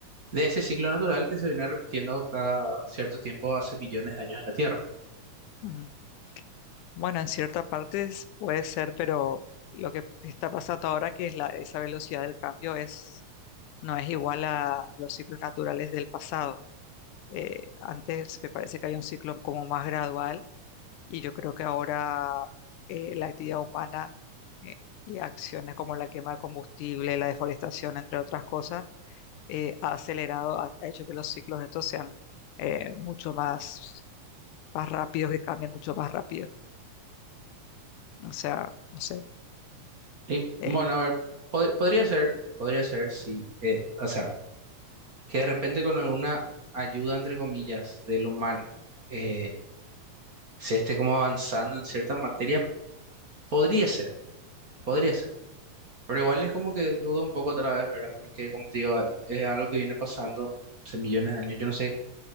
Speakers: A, on the right; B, on the left.
A: de ese ciclo natural que se viene repitiendo cada cierto tiempo hace millones de años en la Tierra.
B: Ujú. Bueno, en cierta parte es- puede ser, pero lo que está pasando ahora, que es la, esa velocidad del cambio, es, no es igual a, a los ciclos naturales del pasado. Eh, antes me parece que había un ciclo como más gradual y yo creo que ahora eh, la actividad humana eh, y acciones como la quema de combustible, la deforestación, entre otras cosas, eh, ha acelerado, ha, ha hecho que los ciclos estos sean eh, mucho más, más rápidos, que cambien mucho más rápido. O sea, no sé.
A: Y
B: eh,
A: bueno, a ver, pod- podría ser, podría ser si, eh, o sea, que de repente con alguna ayuda, entre comillas, del humano, eh, se esté como avanzando en cierta materia, podría ser, podría ser. Pero igual es como que dudo un poco otra vez, ¿verdad? Porque como te digo, es algo que viene pasando hace millones de años. Yo no sé